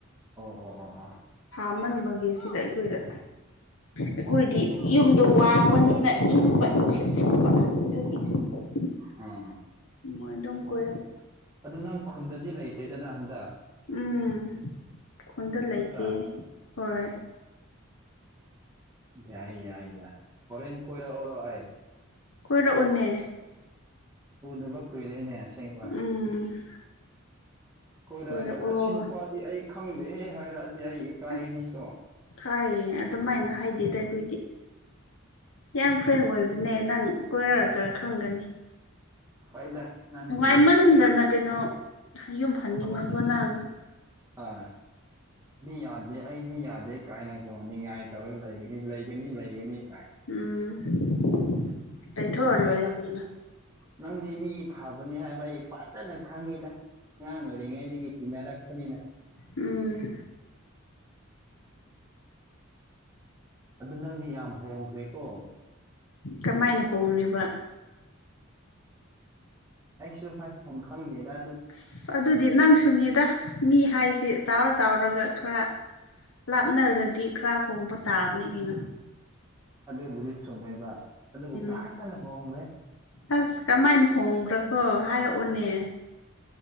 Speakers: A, on the right (about 15°); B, on the left (about 75°).
A: ꯑꯣ ꯑꯣ ꯑꯣ ꯑꯣ
B: ꯑꯃꯟꯕꯒꯤ ꯁꯤꯗ ꯑꯩꯈꯣꯏꯗ ꯑꯩꯈꯣꯏꯗꯤ ꯌꯨꯝꯗꯣ ꯋꯥꯡꯕꯅꯤꯅ ꯏꯪꯕ ꯅꯨꯡꯁꯤꯠ ꯁꯤꯠꯄ ꯑꯗꯨꯒꯤ <unintelligible>
A: ꯍ
B: ꯃꯣꯏ ꯑꯗꯨꯝ ꯀꯣꯏꯔꯔꯕ
A: ꯑꯗꯨꯗ ꯅꯪ ꯈꯨꯟꯗꯗꯤ ꯂꯩꯇꯦꯗꯅ ꯍꯟꯗꯛ
B: ꯎꯝ ꯈꯨꯟꯗ ꯂꯩꯇꯦ
A: ꯅꯠꯇ꯭ꯔꯥ
B: ꯍꯣꯏ
A: ꯑꯣ ꯌꯥꯏ ꯌꯥꯏ ꯌꯥꯏ ꯍꯣꯔꯦꯟ ꯀꯣꯏꯔꯛꯔꯥꯏ
B: ꯀꯣꯏꯔꯛꯅꯦ
A: ꯄꯨꯗꯕ ꯀꯨꯏꯔꯦꯅꯦ ꯑꯁꯦꯡꯕ
B: ꯎꯝ
A: ꯀꯣꯏꯔꯛꯑꯒ
B: ꯀꯣꯏꯔꯛꯑꯣ
A: ꯑꯁꯤ ꯅꯨꯄꯥꯗꯤ ꯑꯩ ꯈꯪꯗꯦꯍꯦ ꯍꯥꯏꯔꯛꯑꯗꯤ ꯑꯩ ꯏꯀꯥꯏꯒꯅꯤꯀꯣ
B: ꯑꯁ ꯍꯥꯏꯌꯦ ꯑꯗꯨꯃꯥꯏꯅ ꯍꯥꯏꯗꯦꯗ ꯑꯩꯈꯣꯏꯗꯤ ꯌꯥꯝ ꯐ꯭ꯔꯦꯡ ꯑꯣꯏꯕꯅꯦ ꯅꯪ ꯀꯣꯏꯔꯛꯑꯒ ꯈꯪꯒꯅꯤ
A: ꯐꯩꯗ ꯅꯪ
B: ꯅꯨꯡꯉꯥꯏꯃꯟꯗꯅ
A: ꯃꯗꯤ ꯐꯩꯗ
B: ꯀꯩꯅꯣ ꯌꯨꯝ ꯍꯟꯅꯤꯡꯉꯣꯏꯀꯣ
A: ꯑꯃꯨ
B: ꯅꯪ
A: ꯑ ꯌꯥꯗ ꯑꯩꯗꯤ ꯌꯥꯗꯦ ꯀꯥꯏꯅꯀꯣ ꯉꯥꯏ ꯇꯧꯔꯒ ꯂꯩꯒꯅꯤ ꯂꯩꯒꯅꯤ ꯂꯩꯒꯅꯤ ꯀꯥꯏ
B: ꯎꯝ ꯂꯩꯊꯣꯛꯑ
A: ꯍꯣꯏꯗ
B: ꯂꯣꯏꯔꯦ ꯀꯩꯅꯣ
A: ꯅꯪꯗꯤ ꯃꯤ ꯐꯕꯅꯤ ꯍꯥꯏꯕ ꯑꯩ ꯐꯖꯅ ꯈꯪꯉꯤꯗ ꯑꯉꯥꯡ ꯑꯣꯏꯔꯤꯉꯩꯗꯒꯤ ꯇꯤꯟꯅꯔꯛꯄꯅꯤꯅ
B: ꯎꯝ
A: ꯑꯗꯨ ꯅꯪꯗꯤ ꯌꯥꯝ ꯍꯣꯡꯈ꯭ꯔꯦꯀꯣ
B: ꯀꯃꯥꯏꯅ ꯍꯣꯡꯕ
A: ꯍꯥꯏ ꯈꯪꯈꯪꯗꯦꯗ
B: ꯑꯁ ꯑꯗꯨꯗꯤ ꯅꯪ ꯁꯨꯅꯤꯗ ꯃꯤ ꯍꯥꯏꯁꯤ ꯆꯥꯎꯔ ꯆꯥꯎꯔ ꯇꯧꯔꯒ ꯈꯔ ꯂꯥꯞꯅꯔꯗꯤ ꯈꯔ ꯍꯣꯡꯕ ꯇꯥꯕꯅꯦ ꯀꯩꯅꯣ
A: ꯑꯗ ꯎꯔꯤ ꯆꯃꯦꯕ ꯑꯗꯨꯕꯨ
B: ꯎꯝ
A: ꯀꯥꯏ ꯆꯅ ꯍꯉ꯭ꯔꯦ
B: ꯑꯁ ꯀꯃꯥꯏꯅ ꯍꯣꯡꯕ꯭ꯔꯥ ꯀꯣ ꯍꯥꯏꯔꯛꯑꯣꯅꯦ